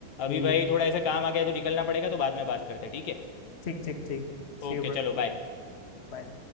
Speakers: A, on the left; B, on the left.
A: अभी
B: ठीक
A: भाई थोड़ा ऐसा काम आ गया है तो निकलना पड़ेगा तो बाद में बात करते हैं ठीक है
B: ठीक ठीक ठीक See
A: ओके
B: you
A: चलो बाय
B: बाय